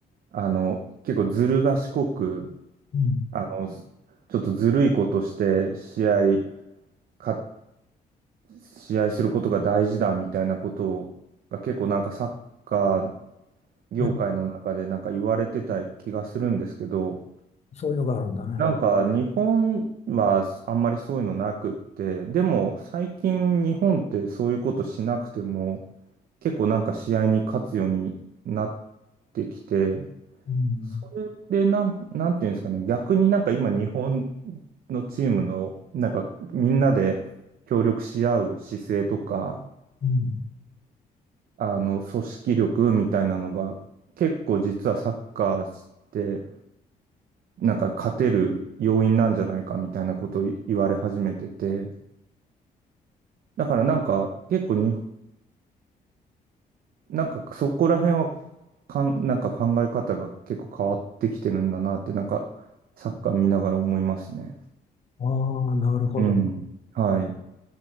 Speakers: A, on the right (about 70°); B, on the left (about 45°).
A: あの、結構ずる賢く、
B: うん
A: あの、ちょっとずるいことして試合、か、試合することが大事だみたいなことが結構なんかサッカー業界の中でなんか言われてた気がするんですけど、
B: ねそういうのがあるんだね。
A: なんか日本はあんまりそういうのなくって、でも最近日本ってそういうことしなくても結構なんか試合に勝つようになってきて、
B: うん
A: それでなん、なんていうんですかね、逆になんか今、日本のチームの、なんかみんなで協力し合う姿勢とか、
B: うん、
A: あの組織力みたいなのが、結構実はサッカーして、なんか勝てる要因なんじゃないかみたいなことを言われ始めてて、だからなんか結構に、なんかそこら辺はかん、なんか考え方が結構変わってきてるんだなって、なんかサッカー見ながら思いますね。
B: ああなるほど。
A: うん。はい。